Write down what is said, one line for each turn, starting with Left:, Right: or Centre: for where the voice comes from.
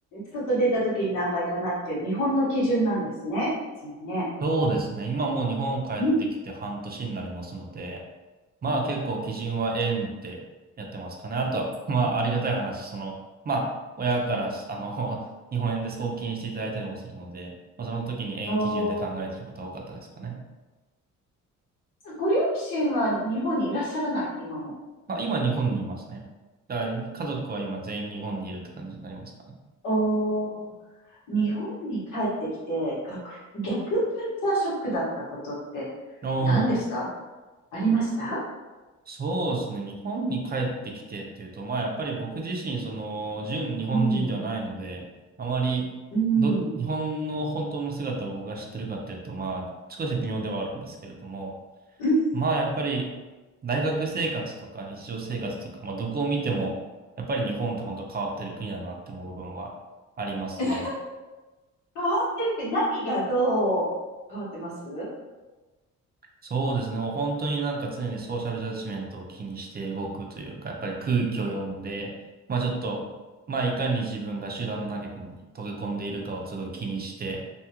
Left: 外出た時に何倍かなっていう、日本の基準なんですね。いつもね。
Right: そうですね。今もう日本帰ってきて半年になりますので、
Left: うん
Right: まあ結構基準は円ってやってますかね。
Left: うん
Right: あとは、<laughs> まあありがたい話、その、まあ親から、あの、<laughs> 日本円で送金していただいたりもするので、まあ、その時に円基準で考えてることは多かったですかね。
Left: おーご両親は日本にいらっしゃらない、今も。
Right: まあ、今日本にいますね。だから家族は今全員日本にいるって感じになりますかね。
Left: おー日本に帰ってきて、逆、逆カルチャーショックだったことって
Right: おお、
Left: 何ですかありました
Right: そうですね。日本に帰ってきてっていうと、まあやっぱり僕自身、その、純日本人ではないので、
Left: うん。
Right: あまりど、
Left: うん。
Right: 日本の本当の姿を僕が知ってるかっていうと、まあ少し微妙ではあるんですけれども、
Left: うん。
Right: まあやっぱり大学生活とか日常生活とか、まあどこを見ても、やっぱり日本って本当変わってる国だなって思う部分はありますね。
Left: え、変わってるって何がどう変わってます
Right: そうですね。もう本当になんか常にソーシャルジャッジメントを気にして動くというか、やっぱり空気を読んで、まあちょっと、まあいかに自分が集団の中に溶け込んでいるかをすごい気にして、